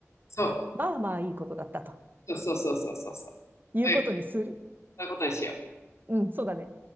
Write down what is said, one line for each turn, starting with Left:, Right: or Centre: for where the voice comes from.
Left: そう。
Right: まあまあいいことだったと
Left: そうそうそうそうそうそう。
Right: いうことにする。
Left: そういうことにしよう。
Right: うん、そうだね。